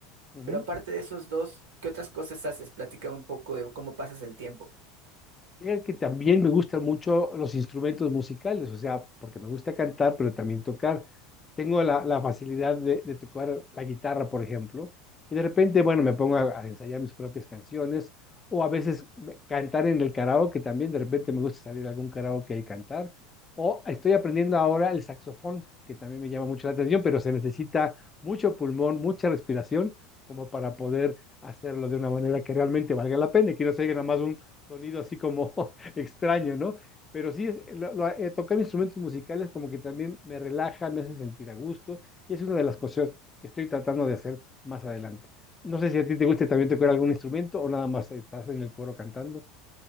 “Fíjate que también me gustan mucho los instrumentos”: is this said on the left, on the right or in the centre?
Left